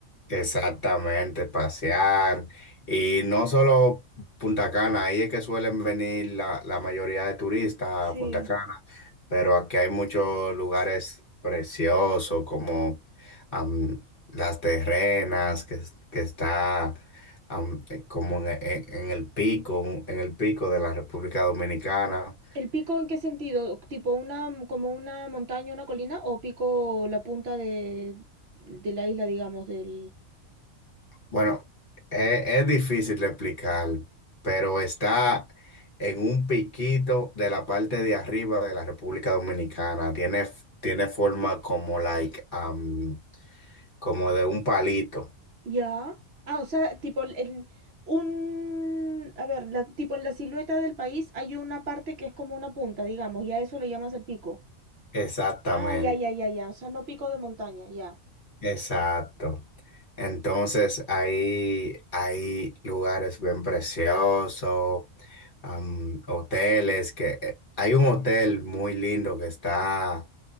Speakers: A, on the left (about 40°); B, on the right (about 60°).
A: Exactamente, pasear. Y no solo Punta Cana, ahí es que suelen venir la, la mayoría de turistas
B: Sí.
A: a Punta Cana, pero aquí hay muchos lugares preciosos como am, Las Terrenas, que, es- que está am, eh, como en, en- en el pico, en el pico de la República Dominicana.
B: ¿El pico en qué sentido? ¿Tipo una, mm, como una montaña, una colina? ¿O pico la punta de, de la isla, digamos, del...
A: Bueno, e- es, difícil de explicar, pero está en un piquito de la parte de arriba de la República Dominicana. Tiene, f- tiene forma como like, am, como de un palito.
B: Ya. Ah, o sea, tipo el, el- un... A ver, la, tipo en la silueta del país hay una parte que es como una punta, digamos, y a eso le llamas el pico.
A: Exactamente,
B: Ah, ya, ya, ya, ya. O sea, no pico de montaña, ya.
A: exacto. Entonces ahí hay lugares bien preciosos, am, hoteles que eh, hay un hotel muy lindo que está